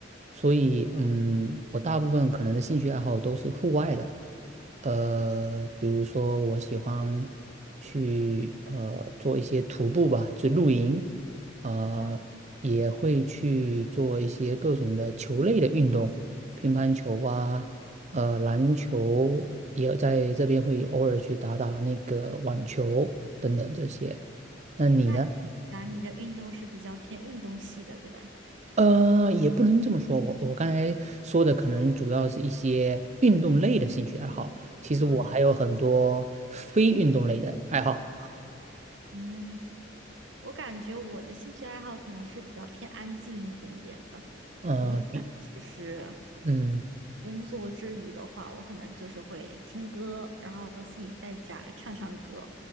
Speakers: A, on the right (about 40°); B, on the right (about 75°).
A: 所以嗯，我大部分可能的兴趣爱好都是户外的，呃，比如说我喜欢去呃做一些徒步吧，就露营。呃，
B: 那
A: 也会去做一些各种的球类的运动，乒乓球啊，呃，篮球也在这边会偶尔去打打那个网球等等这些。那你呢？
B: 那那你的运动是比较偏运动系的，对吧？
A: 呃，也不能这么说，我我刚才说的可能主要是一些运动类的兴趣爱好，其实我还有很多非运动类的爱好。
B: 嗯，嗯，我感觉我的兴趣爱好可能是比较偏安静一点点的。
A: 嗯、
B: 我一般其实
A: 呃比嗯。
B: 工作之余的话，我可能就是会听歌，然后自己在家唱唱歌，